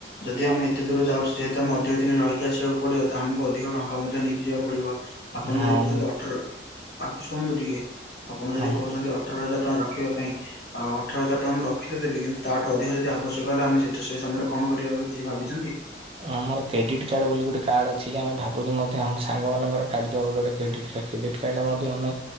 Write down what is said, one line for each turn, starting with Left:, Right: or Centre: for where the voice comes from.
Left: ଯଦି ଆମେ ଏତେ ଦୂର ଯାଉଛେ ଯେହେତୁ ଆମେ ଅଧିକ ଦିନି ରହିକି ଆସିବାକୁ ପଡ଼ିବ ତ ଆମକୁ ଅଧିକ ଟଙ୍କା ମଧ୍ୟ ନେଇକି ଯିବାକୁ ପଡ଼ିବ। ଆପଣ
Right: ହଁ
Left: ଯଦି କହୁଛନ୍ତି ଅଠର ଆପ ଶୁଣନ୍ତୁ ଟିକେ ଆପଣ ଯଦି
Right: ହଁ
Left: କହୁଛନ୍ତି ଅ ଠର ହଜାର ଟଙ୍କା ରଖିବା ପାଇଁ ଆଉ ଅଠର ହଜାର ଟଙ୍କା ମୁଁ ରଖି ତ ଦେବି କିନ୍ତୁ ତାଠୁ ଅଧିକ ଯଦି ଆବଶ୍ୟକ ହେଲା ଆମେ ସେଟା ସେ ସମୟରେ କଣ କରିବା ବି କିଛି ଭାବିଛନ୍ତି?
Right: ଅଁ ଆମର କ୍ରେଡିଟ୍ କାର୍ଡ ବୋଲି ଗୋଟେ କାର୍ଡ ଅଛି ଆମେ ଭାବୁଛୁ ମଧ୍ୟ ଆମ ସାଙ୍ଗମାନଙ୍କର କାଢି଼ଦବା ଗୋଟେ ଗୋଟେ କ୍ରେଡିଟ୍ କା କ୍ରେଡିଟ କାର୍ଡ ରେ ମଧ୍ୟ ଆମେ